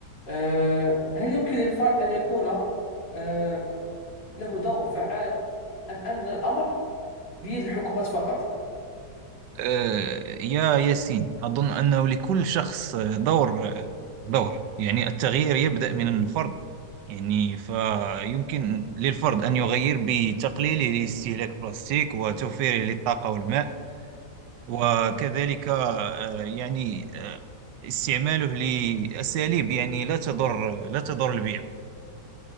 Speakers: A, on the left (about 80°); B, on the right (about 80°).
A: آه، هل يمكن للفرد أن يكون آه، له دور فعال أم أن الأمر بيد الحكومات فقط؟
B: آه، يا ياسين أظن أنه لكل شخص آه، دور آه، دور يعني التغيير يبدأ من الفرد يعني فيمكن للفرد أن يغير بتقليله لاستهلاك البلاستيك وتوفيره للطاقة والماء وكذلك آه، يعني آه، استعماله لأساليب يعني لا تضر لا تضر البيئة